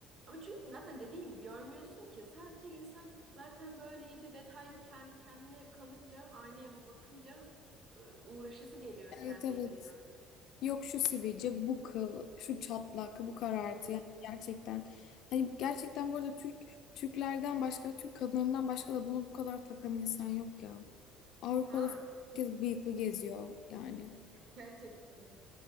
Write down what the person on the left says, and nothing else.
Evet
evet.
Yok şu sivilce, bu kıl, şu çatlak, bu karartı.
Yani gerçekten hani gerçekten bu arada Türk Türklerden başka, Türk kadınlarından başka da bunu bu kadar takan insan yok ya. Avrupa'da
falan herkes bıyıklı geziyor yani.